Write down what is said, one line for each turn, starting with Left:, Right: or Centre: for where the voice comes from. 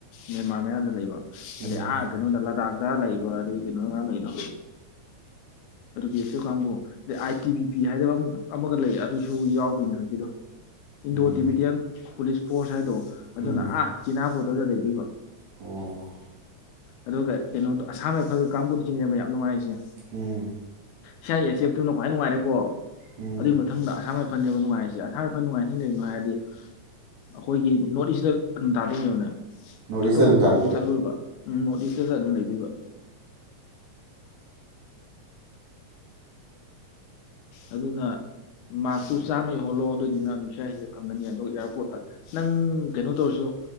Left: ꯃꯦꯟꯃꯥꯔ ꯃꯌꯥꯗ ꯂꯩꯕ
Right: ꯎꯝ
Left: ꯑꯥ ꯀꯩꯅꯣꯗ ꯂꯥꯗꯥꯛꯇ ꯂꯩꯕ ꯑꯗꯩ ꯀꯩꯅꯣꯒ ꯉꯔꯥꯡ ꯂꯩꯗꯣ ꯑꯗꯨ ꯕꯤ ꯑꯦꯁ ꯑꯦꯐ ꯀꯥꯡꯕꯨ ꯑꯗꯩ ꯑꯥꯏ ꯇꯤ ꯕꯤ ꯄꯤ ꯍꯥꯏꯕ ꯑꯃ ꯑꯃꯒ ꯂꯩ ꯑꯗꯨꯁꯨ ꯌꯥꯎꯗꯣꯏꯅꯦ ꯍꯧꯖꯤꯛꯀꯤꯗꯣ ꯏꯟꯗꯣ
Right: ꯎꯝ
Left: ꯇꯤꯕꯤꯇꯤꯌꯥꯟ ꯄꯨꯂꯤꯁ ꯐꯣꯔꯁ ꯍꯥꯏꯗꯣ ꯑꯗꯨꯅ
Right: ꯎꯝ
Left: ꯑ ꯆꯤꯅꯥ ꯕꫭ ꯇꯗ ꯂꯩꯗꫭꯏꯕ
Right: ꯑꯣ
Left: ꯑꯗꯨꯒ ꯀꯩꯅꯣꯗꯣ ꯑꯁꯥꯝ ꯔꯥꯏ <unintelligible> ꯀꯥꯡꯕꯨꯁꯤꯅꯦꯕ ꯌꯥꯝ ꯅꯨꯡꯉꯥꯏꯔꯤꯁꯦ
Right: ꯎꯝ
Left: ꯁꯤ ꯑꯥꯏ ꯑꯦꯁ ꯑꯦꯐ ꯇꯨꯅ ꯈ꯭ꯋꯥꯏ ꯅꯨꯡꯉꯥꯏꯔꯦꯀꯣ
Right: ꯎꯝ
Left: ꯑꯗꯨꯒꯤ ꯃꯊꯪꯗ ꯑꯁꯥꯝ ꯔꯥꯏ ꯐꯟ ꯅꯦꯕꯥ ꯅꯨꯡꯉꯥꯏꯔꯤꯁꯦ ꯑꯁꯥꯝ ꯔꯥꯏꯐꯜꯅ ꯅꯨꯡꯉꯥꯏꯔꯤꯁꯦ ꯀꯩꯒꯤꯅꫭ ꯍꯥꯏꯔꯗꯤꯒꯤ ꯑꯩꯈꯣꯏꯒꯤ ꯅꯣꯔꯠ ꯏꯁꯇ ꯑꯗꯨꯝ ꯇꯥꯗꫭꯏꯅꯦꯕ ꯅꯪ
Right: ꯅꯣꯔꯠ
Left: ꯑꯇꯣꯞꯄ
Right: ꯏꯁꯇ ꯑꯗꯨꯝ
Left: ꯃꯐꯝ
Right: ꯇꯥꯗꯣꯏꯕ
Left: ꯑꯃꯨꯛ ꯆꯠꯂꯣꯏꯕ ꯎꯝ ꯅꯣꯔꯠ ꯏꯁꯇꯗ ꯑꯗꯨꯝ ꯂꯩꯗꯣꯏꯕ ꯑꯗꯨꯅ ꯃꯥꯛꯇꯨ ꯆꯥꯝꯃ ꯌꯧꯍꯜꯂꯣ ꯑꯗꯨꯑꯣꯏꯗꯤ ꯅꯪ ꯑꯗꯨꯝ ꯁꯤ ꯑꯥꯏ ꯑꯦꯁ ꯑꯦꯐ ꯐꯪꯒꯅꯤ ꯑꯗꯨꯒ ꯏꯌꯥꯔꯄꯣꯔꯠꯇ ꯅꯪ ꯀꯩꯅꯣ ꯇꯧꯔꯁꯨ